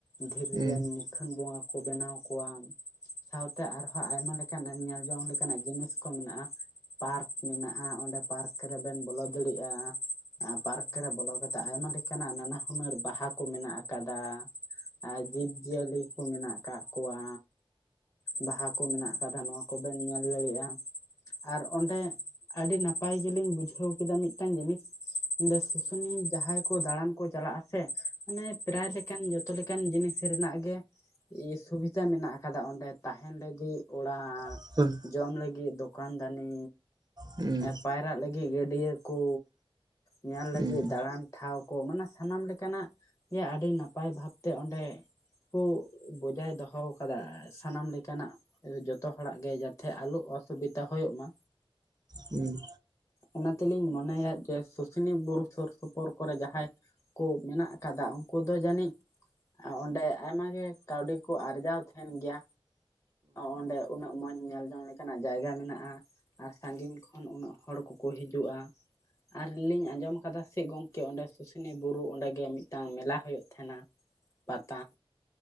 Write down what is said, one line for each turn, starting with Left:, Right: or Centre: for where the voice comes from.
Left: ᱫᱷᱤᱨᱤ
Right: ᱦᱳᱭ
Left: ᱨᱮᱱ ᱢᱩᱠᱷᱟᱹᱱ ᱵᱚᱸᱜᱟ ᱠᱚ ᱵᱮᱱᱟᱣ ᱠᱚᱣᱟ ᱥᱟᱶᱛᱮ ᱟᱨᱦᱚᱸ ᱟᱭᱢᱟ ᱞᱮᱠᱟᱱ ᱧᱮᱞ ᱡᱚᱝ ᱞᱮᱠᱟᱱᱟᱜ ᱡᱤᱱᱤᱥ ᱠᱚ ᱢᱮᱱᱟᱜᱼᱟ ᱯᱟᱨᱠ ᱢᱮᱱᱟᱜᱼᱟ ᱚᱸᱰᱮ ᱯᱟᱨᱠ ᱨᱮᱵᱮᱱ ᱵᱚᱞᱚ ᱫᱟᱲᱮᱭᱟᱜᱼᱟ ᱟᱨ ᱯᱟᱨᱠ ᱨᱮ ᱵᱚᱞᱚ ᱠᱟᱛᱮᱜ ᱟᱭᱢᱟ ᱞᱮᱠᱟᱱᱟᱜ ᱱᱟᱱᱟ ᱦᱩᱱᱟᱹᱨ ᱵᱟᱦᱟ ᱠᱚ ᱢᱮᱱᱟᱜ ᱟᱠᱟᱫᱟ ᱟᱨ ᱡᱤᱵᱽ ᱡᱤᱭᱟᱹᱞᱤ ᱠᱚ ᱢᱮᱱᱟᱜ ᱟᱠᱟᱫ ᱠᱚᱣᱟ ᱵᱟᱦᱟ ᱠᱚ ᱢᱮᱱᱟᱜ ᱟᱠᱟᱫᱟ ᱱᱚᱣᱟ ᱠᱚᱵᱮᱱ ᱧᱮᱞ ᱫᱟᱲᱮᱭᱟᱜᱼᱟ ᱟᱨ ᱚᱸᱰᱮ ᱟᱹᱰᱤ ᱱᱟᱯᱟᱭ ᱜᱮᱞᱤᱧ ᱵᱩᱡᱷᱟᱹᱣ ᱠᱮᱫᱟ ᱢᱤᱫᱴᱟᱝ ᱡᱤᱱᱤᱥ ᱚᱰᱮ ᱥᱩᱥᱩᱱᱤᱭᱟᱹ ᱡᱟᱦᱟᱸᱭ ᱠᱚ ᱫᱟᱬᱟᱱ ᱠᱚ ᱪᱟᱞᱟᱜ ᱟᱥᱮ ᱢᱟᱱᱮ ᱯᱨᱟᱭ ᱞᱮᱠᱟ ᱠᱟᱱ ᱡᱚᱛᱚ ᱞᱮᱠᱟᱱ ᱡᱤᱱᱤᱥ ᱨᱮᱱᱟᱜ ᱜᱤ ᱥᱩᱵᱤᱫᱷᱟ ᱢᱮᱱᱟᱜ ᱟᱠᱟᱫᱟ ᱚᱸᱰᱮ ᱛᱟᱦᱮᱱ ᱞᱟᱹᱜᱤᱫ ᱚᱲᱟᱜ
Right: ᱦᱩᱸ ᱦᱳᱭ ᱦᱳᱭ ᱦᱳᱭ
Left: ᱡᱚᱢ ᱞᱟᱹᱜᱤᱫ ᱫᱚᱠᱟᱱ ᱫᱟᱹᱱᱤ
Right: ᱦᱩᱸ
Left: ᱯᱟᱭᱨᱟᱜ ᱞᱟᱹᱜᱤᱫ ᱜᱟᱹᱰᱭᱟᱹ ᱠᱚ ᱧᱮᱞ
Right: ᱦᱳᱭ
Left: ᱞᱟᱹᱜᱤᱫ ᱫᱟᱬᱟᱱ ᱴᱷᱟᱶ ᱠᱚ ᱢᱟᱱᱮ ᱥᱟᱱᱟᱢ ᱞᱮᱠᱟᱱᱟᱜ ᱜᱮ ᱟᱹᱰᱤ ᱱᱟᱯᱟᱭ ᱵᱷᱟᱵᱛᱮ ᱚᱸᱰᱮ ᱠᱚ ᱵᱚᱡᱟᱭ ᱫᱚᱦᱚᱣ ᱠᱟᱫᱟ ᱥᱟᱱᱟᱢ ᱞᱮᱠᱟᱱᱟᱜ ᱡᱚᱛᱚ ᱦᱚᱲᱟᱜ ᱜᱮ ᱡᱟᱛᱮ ᱟᱞᱚ ᱚᱥᱩᱵᱤᱫᱟ ᱦᱳᱭᱳᱜ ᱢᱟ
Right: ᱦᱩᱸ
Left: ᱚᱱᱟ ᱛᱮᱞᱤᱧ ᱢᱚᱱᱮᱭᱟ ᱡᱮ ᱥᱩᱥᱩᱱᱤ ᱵᱩᱨᱩ ᱥᱩᱨᱩ ᱥᱳᱨ ᱥᱳᱯᱳᱨ ᱠᱚᱨᱮ ᱡᱟᱦᱟᱸᱭ ᱠᱚ ᱢᱮᱱᱟᱜ ᱟᱠᱟᱫᱟ ᱩᱱᱠᱩ ᱫᱚ ᱡᱟᱹᱱᱤᱡ ᱟᱨ ᱚᱸᱰᱮ ᱟᱭᱢᱟ ᱜᱮ ᱠᱟᱹᱣᱰᱤ ᱠᱚ ᱟᱨᱡᱟᱣ ᱛᱟᱦᱮᱱ ᱜᱮᱭᱟ ᱚᱸᱰᱮ ᱩᱱᱟᱹᱜ ᱢᱚᱸᱡᱽ ᱧᱮᱞ ᱡᱚᱝ ᱞᱮᱠᱟᱱᱟᱜ ᱡᱟᱭᱜᱟ ᱢᱮᱱᱟᱜᱼᱟ ᱟᱨ ᱥᱟᱺᱜᱤᱧ ᱠᱷᱚᱱ ᱩᱱᱟᱹᱜ ᱦᱚᱲ ᱠᱚ ᱠᱚ ᱦᱤᱡᱩᱜᱼᱟ ᱟᱨ ᱞᱤᱧ ᱟᱸᱡᱚᱢ ᱟᱠᱟᱫᱟ ᱪᱮᱫ ᱜᱚᱝᱠᱮ ᱚᱸᱰᱮ ᱥᱩᱥᱩᱱᱤ ᱵᱩᱨᱩ ᱚᱸᱰᱮ ᱜᱮ ᱢᱤᱫᱴᱟᱝ ᱢᱮᱞᱟ ᱦᱩᱭᱩᱜ ᱛᱟᱦᱮᱸᱱᱟ ᱯᱟᱛᱟ